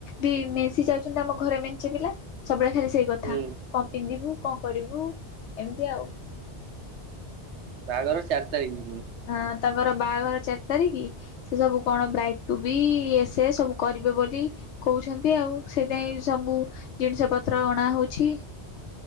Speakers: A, on the left (about 90°); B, on the right (about 85°).
A: ବି ମିଶି ଯାଉଛନ୍ତି ଆମ ଘରେ ମେ ପଛ ପିଲା ସବୁବେଳେ ଖାଲି ସେଇ କଥା।
B: ହୁଁ
A: କଣ ପିନ୍ଧିବୁ, କଣ କରିବୁ, ଏମିତି ଆଉ।
B: ବାହାଘର ଚାରି ତାରିଖ୍।
A: ହଁ। ତାଙ୍କର ବାହାଘର ଚାରି ତାରିଖ୍। ସେ ସବୁ କଣ ବ୍ରାଇଡ୍ ଟୁ ବି ଏସେ ସବୁ କରିବେ ବୋଲି କହୁଛନ୍ତି ଆଉ ସେଇଥି ପାଇଁ ସବୁ ଜିନିଷ ପତ୍ର ଅଣାହଉଛି।